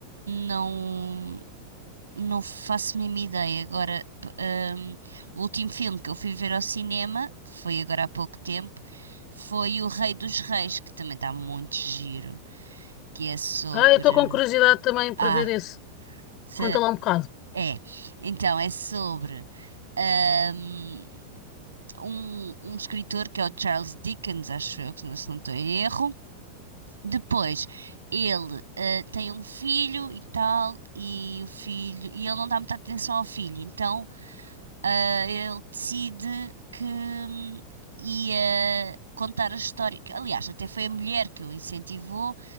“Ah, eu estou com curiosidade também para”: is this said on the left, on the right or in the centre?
Left